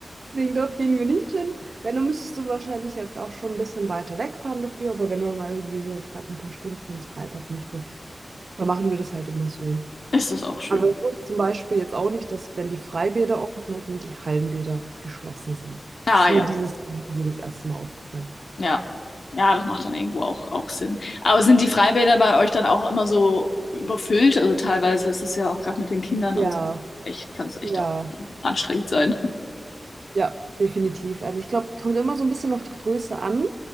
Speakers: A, on the right (about 65°); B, on the left (about 70°).
A: deswegen dort gehen wir nicht hin. Wenn, dann müsstest du wahrscheinlich halt auch schon ein bisschen weiter wegfahren dafür, aber wenn man mal irgendwie so gerade ein paar Stunden ins Freibad möchte, Da machen wir das halt immer so.
B: ist es auch schön.
A: Aber ich wusste zum Beispiel jetzt auch nicht, dass, wenn die Freibäder offen hatten, die Hallenbäder geschlossen sind.
B: Ah,
A: Das ist mir
B: ja,
A: dieses, dieses erste Mal aufgefallen.
B: ja. Ja, das macht dann irgendwo auch, auch Sinn. Aber sind die Freibäder bei euch dann auch immer so überfüllt? Also teilweise ist es ja auch gerade mit den Kindern
A: Ja,
B: und so. Echt, kann es echt
A: ja.
B: auch anstrengend sein.
A: Ja, definitiv. Also ich glaube, kommt immer so ein bisschen auf die Größe an,